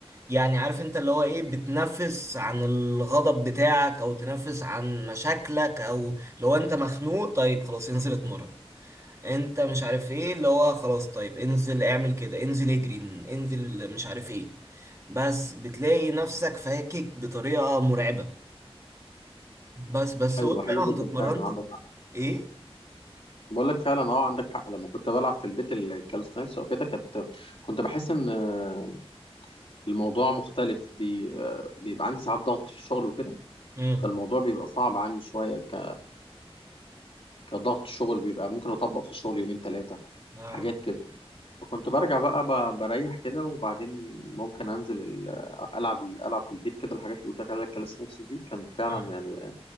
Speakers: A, on the right; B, on the left.
A: يعني عارف انت اللي هو ايه بتنفس عن الغضب بتاعك او تنفس عن مشاكلك او لو انت مخنوق طيب خلاص انزل اتمرن انت مش عارف ايه اللي هو خلاص طيب انزل اعمل كده انزل اجري انزل مش عارف ايه بس بتلاقي نفسك فاكك بطريقة مرعبة بس بس
B: حلوه
A: قول لي
B: حلوه
A: بقى هو
B: جدا
A: انت اتمرنت
B: فعلا عندك
A: ايه
B: بقول لك فعلا اه عندك حق لما كنت بلعب في البيت الكالستنكس او كده كنت كنت بحس ان آه، الموضوع مختلف بي... آه، بيبقى عندي ساعات ضغط في الشغل وكده
A: امم
B: فالموضوع بيبقى صعب عندي شويه ك... كضغط شغل بيبقى ممكن اطبق في الشغل يومين ثلاثه
A: آه.
B: حاجات كده فكنت برجع بقى ب... بريح كده وبعدين ممكن انزل ال... العب العب في البيت كده الحاجات اللي قلت لك عليها الكالستنكس دي كانت فعلا
A: آه.
B: يعني آه،